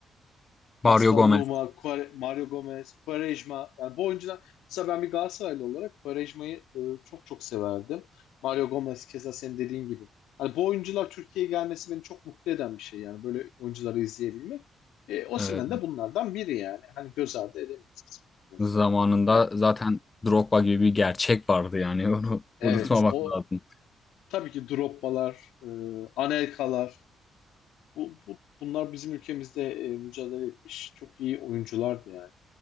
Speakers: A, on the left; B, on the left.
A: Mario
B: Pascal
A: Gomez.
B: Nouma, Quare- Mario Gomez, Quaresma. Yani bu oyuncular mesela ben bir Galatasaraylı olarak Quaresma'yı e, çok çok severdim. Mario Gomez keza senin dediğin gibi. Hani bu oyuncular Türkiye'ye gelmesi beni çok mutlu eden bir şey yani böyle oyuncuları izleyebilmek. E, Osimhen
A: Evet.
B: de bunlardan biri yani. Hani göz ardı edemeyiz biz.
A: Zamanında
B: Yani,
A: zaten Drogba gibi bir gerçek vardı yani <laughs> onu
B: evet
A: unutmamak
B: o
A: lazım.
B: tabii ki Drogba'lar, e, Anelka'lar bu, bu, bunlar bizim ülkemizde e, mücadele etmiş çok iyi oyunculardı yani.